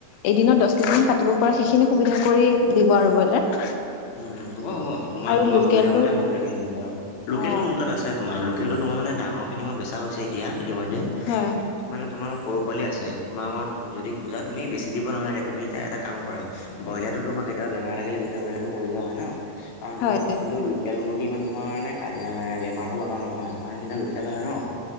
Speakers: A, on the left (about 80°); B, on the left (about 65°).
A: এদিনত দচ কেজি মান কাটিব পৰা সেইখিনি সুবিধা কৰি দিব আৰু ব্ৰইলাৰ।
B: উম উম হ'ব হ'ব তোমাৰ
A: আৰু
B: তোমাৰ
A: লোকেলটো
B: সুবিধা মতে মই গোটেইখিনি দিম বাৰু লোকেলটো
A: অ
B: মোৰ তাত আছে। তোমাৰ লোকেলটো তোমাৰ মানে ডাঙৰখিনি মই বেচা হৈছে এতিয়া ইতিমধ্যে।
A: হয়।
B: মানে তোমাৰ সৰু পোৱালি আছে, তোমাৰ আমাৰ যদি খোজা তুমি বেছি দিব নালাগে তুমি এতিয়া এটা কাম কৰা। ব্ৰইলাৰটো তোমাক কেতিয়াবা বেমাৰ লাগিলে গোটেই ব্ৰলাৰটো মৰি যোৱা হয় ন, কাৰণ
A: হয়
B: তোমাৰ কিন্তু তেল মুৰ্গী ইমান তোমাৰ মানে কাজ আ--বেমাৰটো লগা নহয় কাৰণ সেই লোকেল হয় ন?